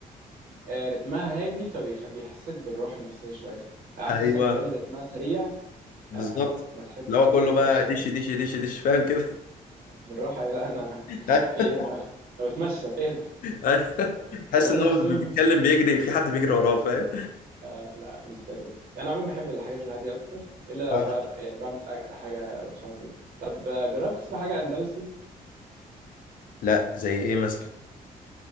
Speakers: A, on the right; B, on the left.
A: آه، رتمها هادي فبيحسسك بالراحة النفسية شوية على عكس
B: ايوه
A: مثلا الأغاني اللي رتمها سريع
B: بالظبط
A: آه، ما تحب
B: اللي
A: ما
B: هو كله
A: تحبش
B: بقى دش دش دش دش فاهم كده
A: بالراحة يا جدع أنا
B: <laughs>
A: <laughs> في إيه أنا أنا بتمشى إيه ده
B: أيوة.
A: يعني
B: حاسس
A: وأنا
B: ان هو
A: في الجيم
B: بيتكلم
A: <laughs>
B: بيجري في حد بيجري وراه فاهم
A: آه، لا مش بتعجبني يعني عموما بحب الحاجات الهادية أكتر إلا لو
B: اه
A: بقى يعني بعمل حاجة بتحرك بيها طب آه، جربت تسمع حاجة أندلسي
B: لا زي ايه مثلا